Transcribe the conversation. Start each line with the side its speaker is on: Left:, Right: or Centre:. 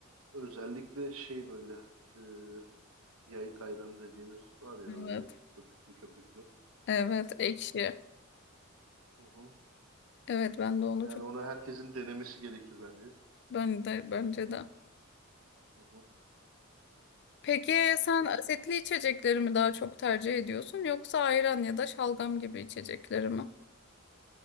Right: özellikle şey böyle e, yayık ayranı dediğimiz var ya böyle
Left: evet,
Right: köpüklü köpüklü.
Left: evet, ekşi.
Right: Hı hı.
Left: Evet, ben de onu
Right: Yani
Left: çok
Right: onu herkesin denemesi gerekir bence.
Left: ben de bence de.
Right: Hı hı.
Left: Peki sen
Right: Peki.
Left: asitli içecekleri mi daha çok tercih ediyorsun yoksa ayran ya da şalgam gibi içecekleri mi?